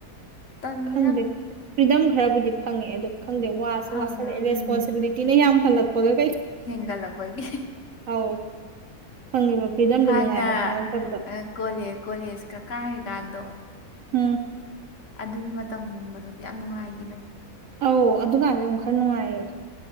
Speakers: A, on the left; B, on the right.
A: ꯇꯟꯂꯦ
B: ꯈꯪꯗꯦ
A: ꯌꯥꯝꯅ
B: ꯐ꯭ꯔꯤꯗꯝ ꯈꯔꯕꯨꯗꯤ ꯐꯪꯉꯦ ꯑꯗꯨ ꯈꯪꯗꯦ ꯋꯥꯁꯨ
A: ꯐꯪꯉ
B: ꯋꯥꯁꯜꯂꯛꯑꯦ ꯔꯦꯁꯄꯣꯟꯁꯤꯕꯤꯂꯤꯇꯤꯅ
A: ꯎꯝ
B: ꯌꯥꯝꯈꯠꯂꯛꯄꯒ ꯀꯩ
A: ꯍꯦꯟꯒꯠꯂꯛꯄꯒꯤ
B: ꯑꯧ ꯐꯪꯉꯤꯕ ꯐ꯭ꯔꯤꯗꯝꯗꯣ
A: ꯊꯥꯏꯅ
B: ꯅꯨꯡꯉꯥꯏꯕꯝ ꯈꯪꯉꯛꯇꯕꯗꯣ
A: ꯑꯥ ꯀꯣꯂꯦ ꯀꯣꯂꯦꯖ ꯀ ꯀꯥꯔꯤꯀꯥꯟꯗꯣ
B: ꯎꯝ
A: ꯑꯗꯨꯒꯤ ꯃꯇꯝꯒꯗꯨꯗꯤ ꯌꯥꯝ ꯅꯨꯡꯉꯥꯏꯈꯤꯕꯅꯦ
B: ꯑꯧ ꯑꯗꯨꯀꯥꯟꯗ ꯑꯃꯨꯛ ꯈꯔ ꯅꯨꯡꯉꯥꯏꯌꯦ